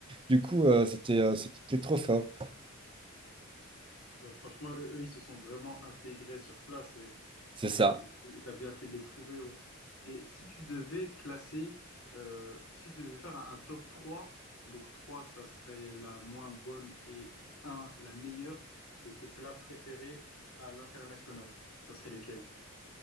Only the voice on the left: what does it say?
bah, franchement, eux, eux, ils se sont vraiment intégrés sur place. Et
tu as bien fait de les trouver, ouais. Et si tu devais classer, euh, si tu devais faire un, un top 3, donc 3 ça serait la moins bonne et un la meilleure de tes plats préférés à l'international, ça serait lesquels?